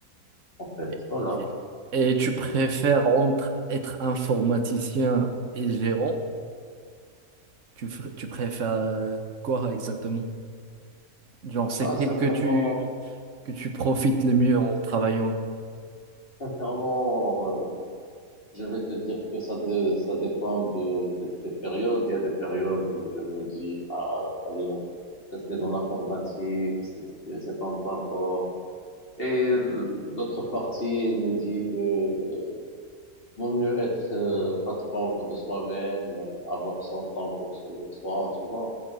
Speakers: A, on the left; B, on the right.
A: en fait.
B: Et,
A: Voilà.
B: et- et tu préfères entre être informaticien et gérant? Tu, fr- tu préfères euh, quoi exactement? Genre, c'est
A: Ouais,
B: quel
A: sincèrement,
B: que tu, que tu profites le mieux en travaillant.
A: sincèrement, euh, Je vais te dire que ça, dé- ça dépend de, de- des périodes. Il y a des périodes où je me dis, ah, fallait rester dans l'informatique, c'est c'est- c'est un point fort. Et l'autre partie elle me dit que euh, vaut mieux être euh, patron de soi-même, euh, avoir son temps pour se le soir, tu vois.